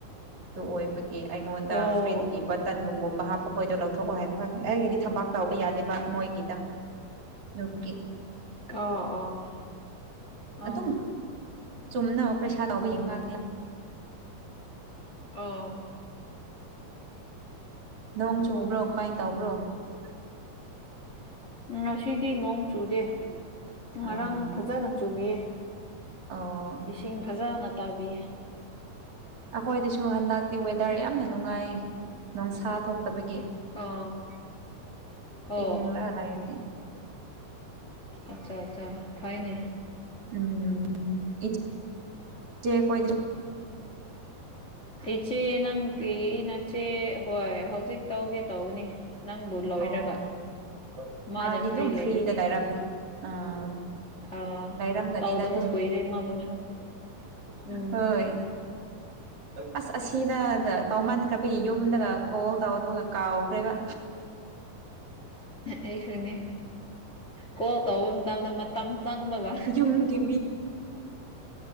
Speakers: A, on the right; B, on the left.
A: ꯑꯗꯨ ꯑꯣꯏꯕꯒꯤ ꯑꯩꯉꯣꯟꯗ
B: ꯑꯣ
A: ꯐ꯭ꯔꯤꯠꯀꯤ ꯕꯠ ꯇꯟꯒꯨꯝꯒꯨꯝꯕ ꯍꯥꯞꯄ ꯈꯣꯏꯗꯣ ꯂꯧꯊꯣꯛꯑꯣ ꯍꯥꯏꯕ ꯈꯪ ꯑꯩꯒꯤꯗꯤ ꯊꯕꯥꯛ ꯇꯧꯕꯕ ꯌꯥꯗꯦꯕ ꯃꯣꯏꯒꯤꯗ꯫ <unintelligible>
B: ꯑꯣ ꯑꯣ ꯑꯣ꯫
A: ꯑꯗꯨꯝ ꯆꯨꯝꯅ ꯑꯣꯄ꯭ꯔꯦꯁꯟ ꯇꯧꯕ ꯌꯦꯡꯅꯕꯅꯤ꯫
B: ꯑꯧ
A: ꯅꯣꯡ ꯆꯨꯕ꯭ꯔꯣ ꯀꯃꯥꯏ ꯇꯧꯕ꯭ꯔꯣ
B: <inaudible> ꯉꯁꯤꯗꯤ ꯅꯣꯡ ꯆꯨꯗꯦ ꯉꯔꯥꯡ
A: ꯑꯣ
B: ꯐꯖꯥꯅ ꯆꯨꯕꯤꯌꯦ
A: ꯑꯣ
B: ꯏꯁꯤꯡ ꯐꯖꯅ ꯇꯥꯕꯤ
A: ꯑꯩꯈꯣꯏꯗꯁꯨ ꯍꯟꯗꯛꯇꯤ ꯋꯦꯗꯔ ꯌꯥꯝꯅ ꯅꯨꯡꯉꯥꯏꯌꯦ ꯅꯣꯡꯁꯥ ꯊꯣꯛꯇꯕꯒꯤ
B: ꯑꯥ ꯑꯣ
A: ꯏꯪ ꯂꯥꯒ ꯂꯩꯔꯦ꯫
B: ꯑꯆꯥ ꯑꯆꯥ ꯐꯩꯅꯦ꯫
A: ꯎꯝ ꯏꯆꯦ ꯈꯣꯏꯗꯤ
B: ꯏꯆꯦ ꯅꯪꯒꯤ ꯅꯠ ꯁꯦ ꯍꯣꯏ ꯍꯧꯖꯤꯛ ꯇꯧꯒꯦ ꯇꯧꯕꯅꯤ꯫ ꯅꯪꯕꯨ ꯂꯣꯏꯔꯒ
A: ꯑꯣ
B: ꯃꯥꯅ
A: ꯃꯥꯗꯤ
B: ꯐ꯭ꯔꯤ
A: ꯑꯗꯨꯝ
B: ꯂꯩꯔꯗꯤ꯫
A: ꯐ꯭ꯔꯤꯗ ꯂꯩꯔꯝꯅꯤ ꯑꯥ
B: ꯑ
A: ꯂꯥꯏꯔꯝꯒꯅꯤꯗ
B: ꯇꯧꯗꯕ
A: ꯑꯗꯨ
B: ꯀꯨꯏꯔꯦ ꯃꯥꯕꯨꯁꯨ ꯎꯝ
A: ꯍꯣꯏ ꯑꯁ ꯑꯁꯤꯗ ꯇꯥꯎꯃꯟꯈ꯭ꯔꯕꯤ ꯌꯨꯝꯗꯒ ꯀꯣꯜ ꯇꯥꯎꯗꯕꯒ ꯀꯥꯎꯈ꯭ꯔꯦꯒ
B: ꯑꯩꯁꯨꯅꯦ ꯀꯣꯟ ꯇꯧꯕ ꯃꯇꯝꯗ ꯃꯠ ꯇꯝ ꯆꯥꯡ ꯕꯒ
A: ꯌꯨꯝꯒꯤ